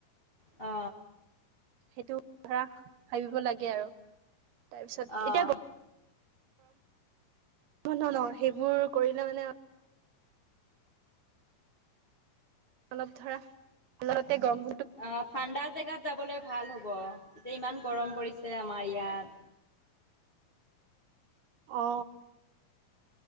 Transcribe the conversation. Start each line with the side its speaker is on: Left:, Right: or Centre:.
Left: অ।
Right: সেইটো ধৰা ভাবিব লাগে আৰু তাৰপিছত
Left: অ',
Right: এতিয়া গ। ন ন ন সেইবোৰ কৰিলে মানে। অলপ ধৰা আগতে গম।
Left: অ ঠাণ্ডা জেগাত যাবলৈ ভাল হ'ব এতিয়া ইমান গৰম পৰিছে আমাৰ ইয়াত।
Right: অ